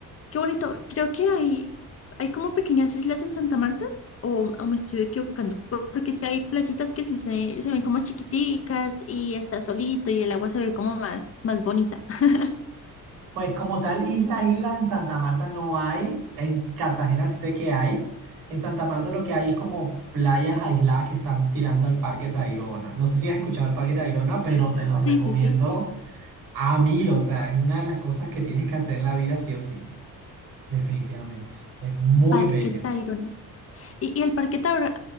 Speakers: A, on the left; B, on the right.
A: Qué bonito. Creo que hay, hay como pequeñas islas en Santa Marta, o, o me estoy equivocando, porque es que hay playitas que sí se, se ven como chiquiticas y está solito y el agua se ve como más, más bonita. <laughs>
B: Pues como tal, islas, islas en Santa Marta no hay. En Cartagena sí sé que hay. En Santa Marta lo que hay es como playas aisladas que están tirando al Parque Tayrona. No sé si has escuchado el Parque Tayrona, pero te lo recomiendo
A: Sí, sí, sí.
B: a mil. O sea, es una de las cosas que tienes que hacer en la vida sí o sí, definitivamente. Es muy
A: Parque
B: bello.
A: Tayrona. Y, y el Parque Tayrona,